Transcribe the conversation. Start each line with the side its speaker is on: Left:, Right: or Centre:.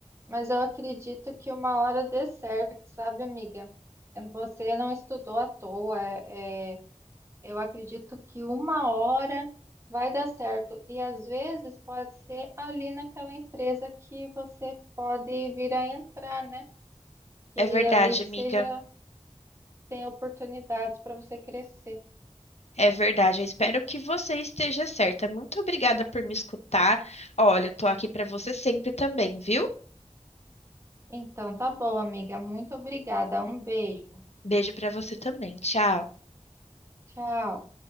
Right: Mas eu acredito que uma hora dê certo, sabe, amiga? Você não estudou à toa. é- eu acredito que uma hora vai dar certo. E às vezes pode ser ali naquela empresa que você pode vir a entrar, né? E
Left: É verdade,
Right: ali que
Left: amiga.
Right: seja. tem oportunidades para você crescer.
Left: É verdade, eu espero que você esteja certa. Muito obrigada por me escutar. Olha, eu tô aqui pra você sempre também, viu?
Right: Então, tá bom, amiga. Muito obrigada. Um beijo.
Left: Beijo pra você também. Tchau.
Right: Tchau.